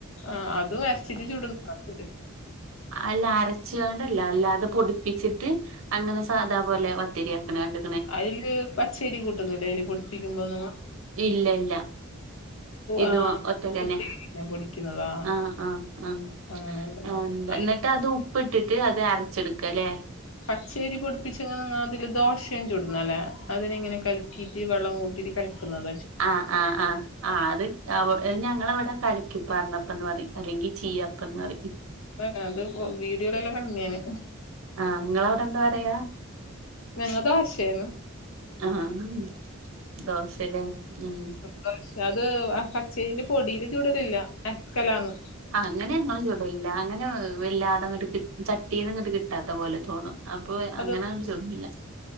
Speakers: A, on the left; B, on the right.
A: ആഹ് അതും അരച്ചിട്ട് ചുടും <unintelligible>
B: അല്ല അരച്ച്കാണ്ടല്ല അല്ലാതെ പൊടിപ്പിച്ചിട്ട് അങ്ങനെ സാധാ പോലെ പത്തരിയാക്ണ കണ്ട്
A: അയില് പച്ചരി കൂട്ടുന്നില്ലേ അതില് പൊടിപ്പിക്കുമ്പോന്നും
B: ഇല്ല ഇല്ല ഇത്
A: ആ
B: ഒറ്റക്കന്നെ.
A: കുത്തിരിന്നെ പൊടിക്കുന്നതാ
B: ആഹ് ആഹ് ആഹ് <unintelligible>
A: അങ്ങനെ ഇടുന്നത് അതില്
B: എന്നിട്ട് അത് ഉപ്പിട്ടിട്ട് അത് അരച്ചെടുക്ക ല്ലേ
A: പച്ചേരി പൊടിപ്പിച്ച് ഇങ്ങനെ ആതില് ദോശയും ചൂടുന്നോല്ലേ അതില് ഇങ്ങനെ കലക്കി ഇത്തിരി വെള്ളം കൂട്ടിട്ട് കൽക്കുന്നത
B: ആഹ് ആഹ് ആഹ്. ആഹ് അത് <unintelligible> ഞങ്ങളവടെ കലക്കിപ്പാർന്നപ്പം ന്ന് പറയും അല്ലങ്കി ചീയപ്പംന്ന് പറിം
A: ആഹ് അത് വീഡിയോലെല്ലാം കണ്ടിണ് ഞാന്
B: ആഹ് ഇങ്ങളവ്ടെ എന്താ പറയാ?
A: ഞങ്ങള് ദോശേന്ന്
B: ആഹ് ദോശല്ലേ ഉം
A: ദോശ്ശ അത് ആ പച്ചയിന്റെ പൊടിയില് ചുടലില്ല എക്കലാന്ന്
B: അങ്ങനെ ഞങ്ങളും ചുടല് ല്ല അങ്ങനെ വല്ലാതെ അങ്ങട്ട് കി ചട്ടീന്ന്ങ്ങട്ട് കിട്ടാത്ത പോലെ തോന്നും അപ്പൊ
A: അത്
B: അങ്ങനെ ചുടലില്ല